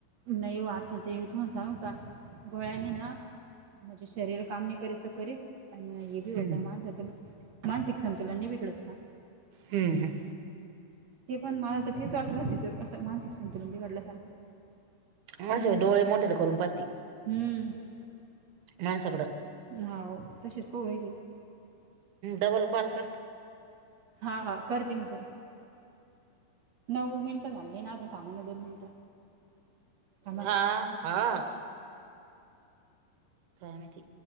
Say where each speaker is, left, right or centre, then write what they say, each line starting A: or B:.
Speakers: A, on the right; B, on the right.
A: नाही ओ आता ते तुम्हाला सांगू का गोळ्यानी ना म्हणजे शरीर काम नाही करीत तर करीत आणि हे
B: हम्म
A: बी होत माणसाचे मानसिक संतुलन नही बिघडत का?
B: हम् ह
A: ते पण मला तर तीच वाटर तिचं असं मानसिक संतुलन बिघडल्यासारखं
B: माझ्या वर डोळे मोठाले करून पाहती.
A: हम्म.
B: माणसाकड
A: हाव तशीच पाहू राहिली.
B: डबल कॉल कर.
A: हा हा करते मी कॉल नऊ मिनटं झालीय ना अजून थांबना दोन मिनिटं थांबा ना
B: हां हां कायमती